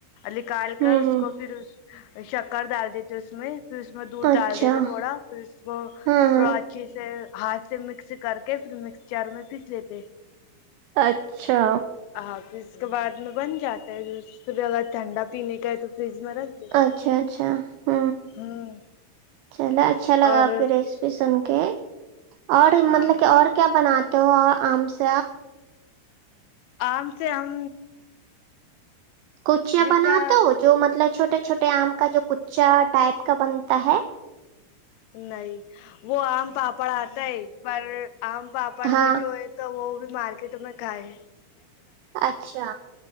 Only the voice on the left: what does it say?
نکال
کر اس
کو پھر شکر ڈال دیتے اس میں پھر اس میں دودھ
ڈال دیتے تھے تھوڑا پھر اس کو
تھوڑا
اچھے سے ہاتھ سے مکس کر کے پھر مکسچر میں پیس لیتے
ہاں پھر اس کے بعد میں بن جاتی س پھر اگر ٹھنڈا پینے کا ہے تو فریج میں رکھ دیتے
ہوں
اور
ہاں
آام سے ہم
جتنا
نہیں وہ آم پاپڑ آتا ہے پر آم پاپڑ
کا جو ہے تو وہ بھی مارکیٹ میں کائے